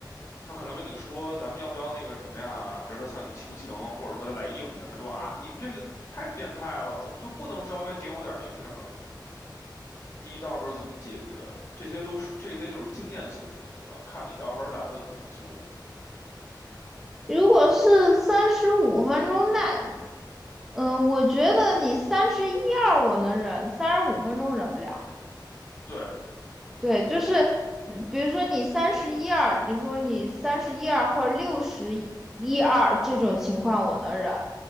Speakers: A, on the left (about 40°); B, in the centre.
A: 他可能跟你说咱们要不要那个什么呀？比如说向你求情，或者说他来硬的，他说啊，你们这个太变态了，怎么就不能稍微给我点那个什么？你到时候怎么解决？这些都是这些就是经验性的东西了，看你到时候打算怎么做。
B: 如果是三十五分钟，那嗯，我觉得你三十一二我能忍，三十五分钟忍不了。
A: 对，
B: 对，就是嗯比如说你三十一二，你说你三十一二或者六十一二这种情况我能忍，